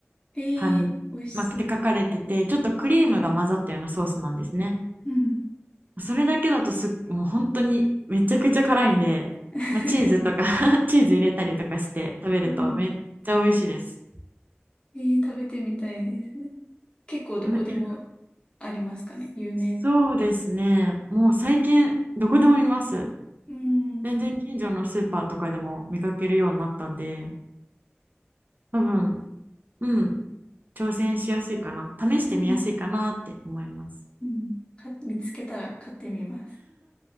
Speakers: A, on the left; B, on the right.
A: へえ、
B: 感じ、
A: 美味しそう。
B: まあって書かれてて、ちょっとクリームが混ざったようなソースなんですね。
A: うん。
B: それだけだとすっ、もう本当にめちゃくちゃ辛いんで、
A: <laughs>
B: まあ、チーズとか <laughs> チーズ入れたりとかして食べるとめっちゃ美味しいです。
A: うん。へえ、食べてみたいですね。結構どこでも
B: 食べ
A: ありますかね。有名。
B: そうですね。もう最近、どこでも見ます。
A: うん。
B: 全然近所のスーパーとかでも見かけるようになったんで、多分、うん、挑戦しやすいかな。試してみやすいかなって思います。
A: うん。うん。か、見つけたら買ってみます。